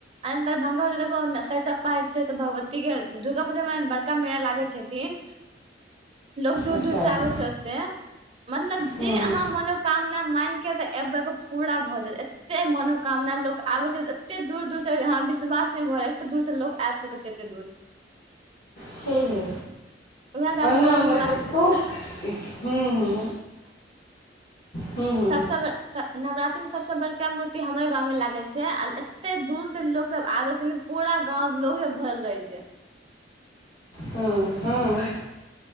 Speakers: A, on the right; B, on the left.
A: भरभंगा होत तऽगो सरसप पाै छै तऽ भगवत ठीक ह दुर्गा पूजा मे बड़का मेला लागै छथिन लोको दूर
B: अच्छा
A: दूर से
B: हूँ
A: आबै छै ओते मतलब जे
B: हूँ
A: अहाँ मनो कामना मांग के तऽ एबे के पूरा भऽ जायत एते मनोकामना लोक आबै छै तऽ एतेक दूर दूरसँ विश्वास नहि भऽ रहल एतेक दूरसँ लोक आबि सकैत छै एतेक दूर
B: छै हे
A: उएह गाम
B: ओहिना
A: के हमहुँ
B: मतलब
A: निवासी
B: बहुत ह्म्म ह हूं हूं
A: सब नवरात्रि मे सबसँ बड़का मूर्त ते हमरो गाँव मे लागै छै छै आ एते दूर से लोग सब आबे छै ने पूरा गाँंव लोग सब भरल रहे छै
B: हँ हँ